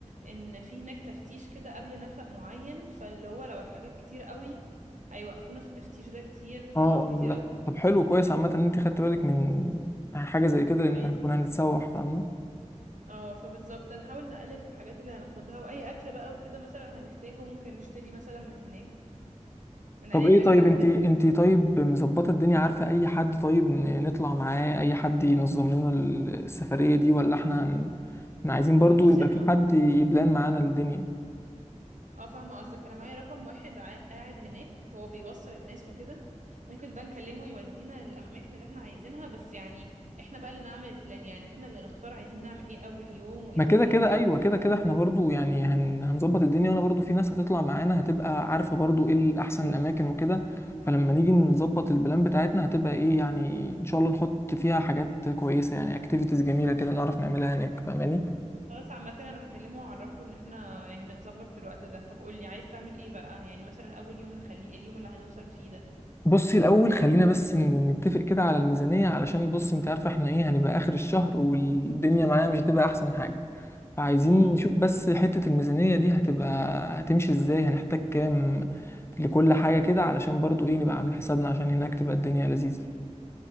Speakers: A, on the right (about 80°); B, on the left (about 20°).
A: ان في هناك تفتيش كده قبل نفق معين فاللي هو لو الحاجات كتير قوي هيوقفونا في التفتيش ده كتير فهنقعد
B: اه اه
A: كتير
B: لا
A: قوي
B: طب حلو كويس
A: فاهمني
B: عامة إن أنت خدت بالك من حاجة زي كده لأن
A: أي-
B: هنكون هنتسوح فاهمة
A: اه فبالظبط هنحاول نقلل في الحاجات اللي هناخدها واي اكل بقى وكده مثلا هنحتاجه ممكن نشتري مثلا من هناك من
B: طب
A: اي
B: ايه
A: حاجه
B: طيب
A: جنب
B: انت
A: ال...
B: انت طيب مظبطه الدنيا عارفه اي حد طيب ن- نطلع معاه اي حد ينظم لنا ال- السفريه دي ولا احنا احنا عايزين برضو
A: بص
B: يبقى
A: انا
B: في حد يبلان معانا الدنيا
A: اه فاهمة قصدك انا معايا رقم واحد ع- قاعد هناك هو بيوصل الناس وكده ممكن ده نكلمه يودينا الاماكن اللي احنا عايزينها بس يعني احنا بقى اللي نعمل البلان يعني احنا اللي نختار عايزين نعمل ايه اول يوم وايه
B: ما كده
A: تاني
B: كده
A: يوم
B: ايوه كده كده احنا برضو يعني هن... هنظبط الدنيا وانا برضو في ناس هتطلع معانا هتبقى عارفة برضو ايه الاحسن الاماكن وكده فلما نيجي نظبط البلان بتاعتنا هتبقى ايه يعني ان شاء الله نحط فيها حاجات كويسة يعني اكتيفيتيز جميلة كده نعرف نعملها هناك فاهماني
A: خلاص عامة انا هكلمه واعرفه ان احنا يعني بنظبط في الوقت ده طب قولي عايز تعمل ايه بقى يعني مثلا اول يوم نخليه ايه اليوم اللي هنوصل فيه ده
B: بصي الاول خلينا بس ن- نتفق كده على الميزانية علشان بصي انت عارفة احنا ايه هنبقى اخر الشهر والدنيا معانا مش هتبقى احسن حاجة عايزين
A: مم.
B: نشوف بس حتة الميزانية دي هتبقى هتمشي ازاي هنحتاج كام لكل حاجة كده علشان برضو ايه نبقى عاملين حسابنا عشان هناك تبقى الدنيا لذيذة